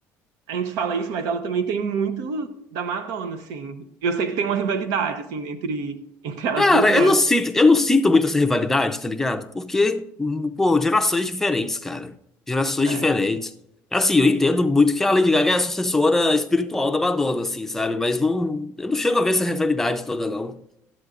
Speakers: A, on the right; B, in the centre.
A: a gente fala isso, mas ela também tem muito da Madonna, assim. Eu sei que tem uma rivalidade, assim, entre, entre as
B: Cara,
A: duas.
B: eu não sinto, eu não sinto muito essa rivalidade, tá ligado? Porque, hum, pô, gerações diferentes, cara. Gerações
A: É,
B: diferentes. Assim, eu entendo muito que a Lady Gaga é a sucessora espiritual da Madonna, assim, sabe? Mas não, eu não chego a ver essa rivalidade toda, não.